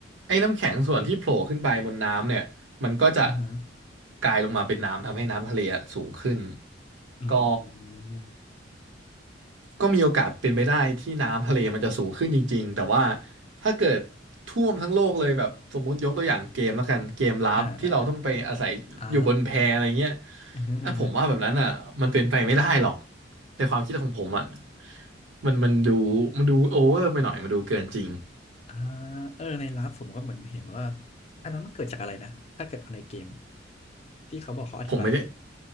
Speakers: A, on the right; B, on the left.
A: ไอ้น้ำแข็งส่วนที่โผล่ขึ้นไปบนน้ำเนี่ย มันก็จะ
B: อือฮึ
A: กลายลงมาเป็นน้ำทำให้น้ำทะเลอะสูงขึ้น
B: อื
A: ก็
B: ม
A: ก็มีโอกาสเป็นไปได้ที่น้ำทะเลมันจะสูงขึ้นจริงๆแต่ว่าถ้าเกิดท่วมทั้งโลกเลยแบบสมมุติยกตัวอย่างเกมแล้วกันเกมลับที่เราต้องไปอาศัยอยู่บนแพอะไรเงี้ย
B: อ่าอ่าอ่าอ่าอือฮึอือฮึ
A: อ่ะผมว่าแบบนั้นอ่ะมันเป็นไปไม่ได้หรอกในความคิดของผมอ่ะมันมันดูมันดูโอเวอร์ไปหน่อยมันดูเกินจริง
B: อ่าเออในลับผมก็เหมือนเห็นว่าอันนั้นมันเกิดจากอะไรนะถ้าเกิดเอาในเกมที่เขาบอกเขาอธิบายไหม
A: ผมไม่ได้